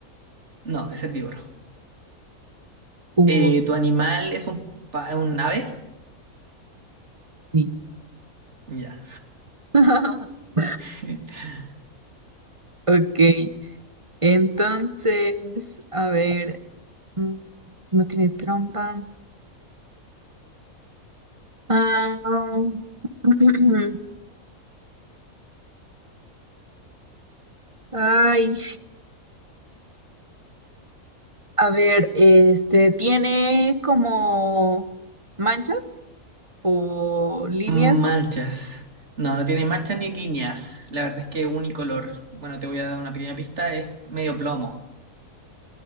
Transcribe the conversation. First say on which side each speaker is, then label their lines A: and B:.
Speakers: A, on the right; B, on the right.
A: No, es herbívoro.
B: o
A: Eh, ¿tu animal es un, pa- un ave?
B: sí.
A: Ya.
B: <laughs>
A: <laughs>
B: Ok, entonces, a ver, mm, no tiene trompa. Ah, <clears throat> ay, a ver, este, ¿tiene como manchas? o líneas.
A: Manchas. No, no tiene manchas ni líneas. La verdad es que es unicolor. Bueno, te voy a dar una pequeña pista. Es medio plomo,